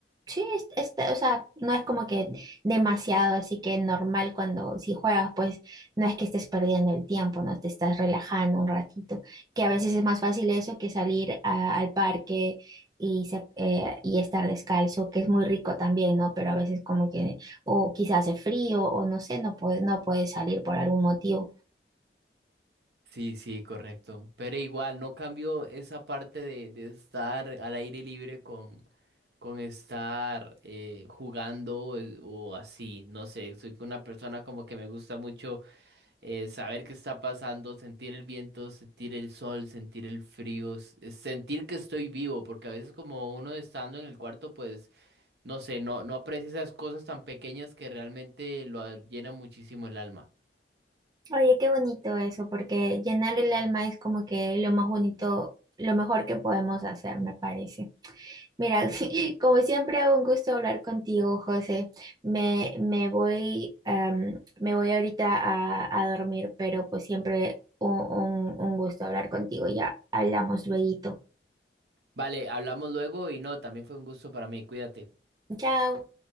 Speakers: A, on the right; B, on the right.
A: Sí, es- está, o sea, no es como que demasiado, así que normal cuando si juegas, pues no es que estés perdiendo el tiempo, no te estás relajando un ratito, que a veces es más fácil eso que salir a- al parque y, se- eh, y estar descalzo, que es muy rico también, ¿no? Pero a veces como que, o quizás hace frío, o no sé, no puede, no puedes salir por algún motivo.
B: Sí, sí, correcto. Pero igual, no cambio esa parte de, de estar al aire libre con, con estar eh, jugando eh, o así. No sé, soy una persona como que me gusta mucho eh, saber qué está pasando, sentir el viento, sentir el sol, sentir el frío, s- eh, sentir que estoy vivo, porque a veces como uno estando en el cuarto, pues no sé, no, no aprecia esas cosas tan pequeñas que realmente lo a- llena muchísimo el alma.
A: Oye, qué bonito eso, porque llenar el alma es como que lo más bonito, lo mejor que podemos hacer, me parece. Mira, <laughs> como siempre, un gusto hablar contigo, José. Me, me voy, am, me voy ahorita a, a dormir, pero pues siempre un, un un gusto hablar contigo. Ya hablamos luego.
B: Vale, hablamos luego y no, también fue un gusto para mí, cuídate.
A: Chao.